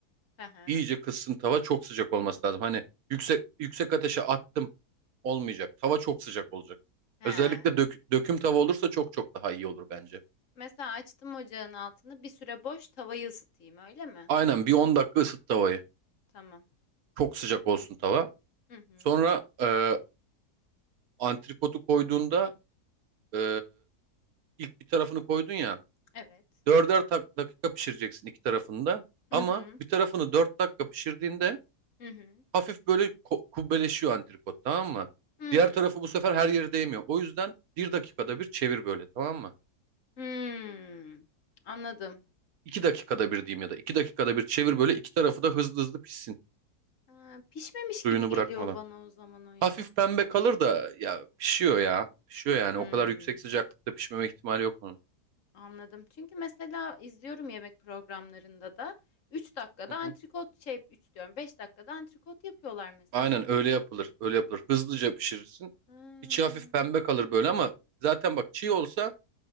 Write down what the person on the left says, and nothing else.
Hı hı.
He.
Mesela açtım ocağın altını. Bir süre boş tavayı ısıtayım öyle mi?
Tamam.
Hı hı.
Evet.
Hı
hı.
Hı hı.
Hmm.
Hmm. Anladım.
Ha, pişmemiş
gibi geliyor
bana o zaman o ya.
Hmm.
Anladım. Çünkü mesela izliyorum yemek programlarında da üç dakikada
antrikot
şey 3 diyorum 5 dakikada antrikot yapıyorlar mesela.
Hmm,